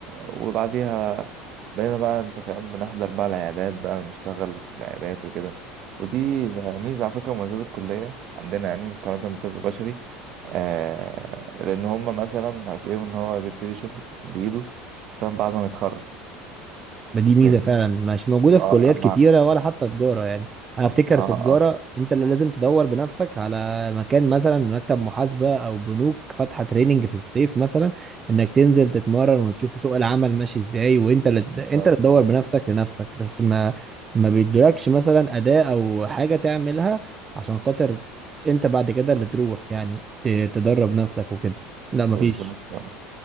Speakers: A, on the right; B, on the right.
A: وبعديها بقينا بقى أنت فاهم بنحضر بقى العيادات بقى ونشتغل في العيادات وكده ودي آه، ميزة على فكرة مميزات الكلية عندنا يعني مقارنة بالطب البشري آه لأن هما مثلا هتلاقيهم إن هو بيبتدي شغل بإيده خصوصا بعد ما يتخرج
B: ما دي ميزه
A: فاهمني؟
B: فعلا مش موجوده في
A: اه
B: كليات
A: أما
B: كتيره ولا حتى تجاره يعني انا افتكر
A: اه
B: في تجاره
A: اه
B: انت اللي لازم تدور بنفسك على مكان مثلا مكتب محاسبه او بنوك فاتحه تريننج في الصيف مثلا انك تنزل تتمرن وتشوف سوق العمل ماشي ازاي وانت اللي
A: بالظبط
B: انت اللي تدور
A: اه
B: بنفسك لنفسك بس ما ما بيدولكش مثلا اداه او حاجه تعملها عشان خاطر انت بعد كده اللي تروح يعني ت- تدرب نفسك وكده لا مفيش
A: بالظبط اه